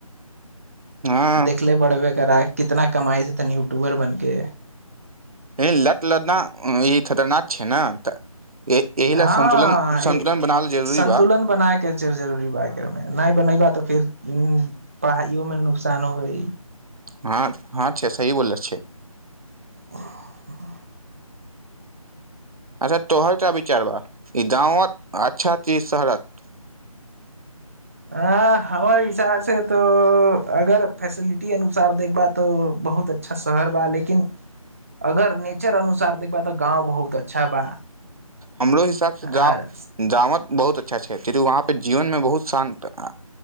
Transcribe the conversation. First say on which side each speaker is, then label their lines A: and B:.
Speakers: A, on the right; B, on the right.
A: हँ
B: देखले बड़े बे कर आए कितना कमाइ छै तनी यूट्यूबर बनके
A: ह लत लदना ई खतरनाक छै ने तऽ एहि लए
B: हँ
A: संन्तुलन संन्तुलन बनावल जरूरी
B: संन्तुलन
A: बा
B: बनायके फ जरूरी ब नहि बनै बा तऽ फिर पढ़ाइयोमे नुकसान हो है
A: हँ हँ छै सही बोल छै
B: <unintelligible>
A: अच्छा तोहरटा विचारबा ई गाँवत अच्छा ती शहरात
B: अ हमर हसाब से तो अगर फैसिलिटी अनुसार देखबा तो बहुत अच्छा शहर बा लेकिन अगर नेचर अनुसार देखबा तऽ गाँव बहुत अच्छा बा
A: हमरो हिसाबसँ जा
B: हर
A: जावद बहुत अच्छा छै चि वहाँपे जीवन मे बहुत शान्त